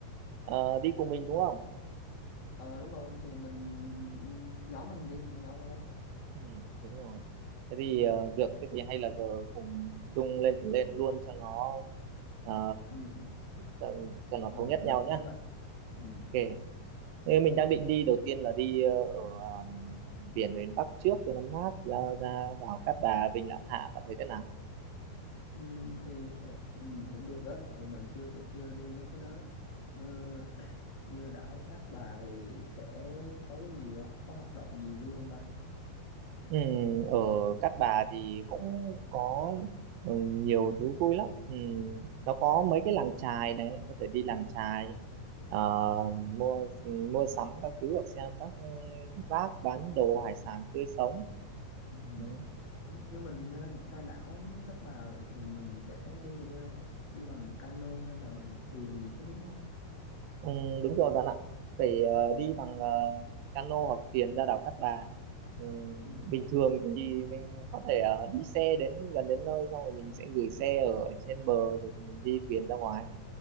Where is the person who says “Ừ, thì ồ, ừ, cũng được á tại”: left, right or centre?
Left